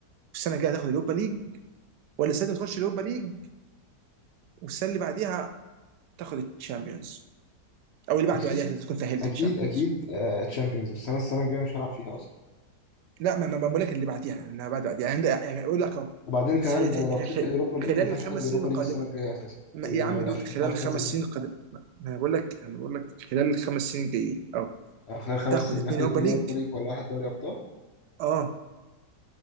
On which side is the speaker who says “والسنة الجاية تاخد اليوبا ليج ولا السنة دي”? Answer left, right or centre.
Right